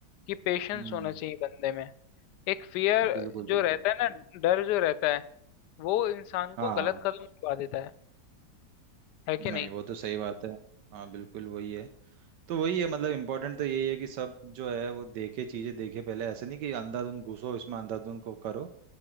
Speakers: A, on the left (about 75°); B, on the right (about 75°).
A: कि पेशेंस
B: हम्म
A: होना चाहिए बंदे में एक फियर
B: बिल्कुल
A: जो
B: बिल्कुल
A: रहता है ना डर जो रहता है वो इंसान
B: हाँ
A: को गलत कदम उठा देता है है कि
B: नहीं
A: नहीं
B: वो तो सही बात है हाँ बिल्कुल वही है तो वही है मतलब इम्पोर्टेंट तो यही है कि सब जो है वो देखे चीजें देखे पहले ऐसे नहीं कि अंधाधुंध घुसो इसमें अंधाधुंध को करो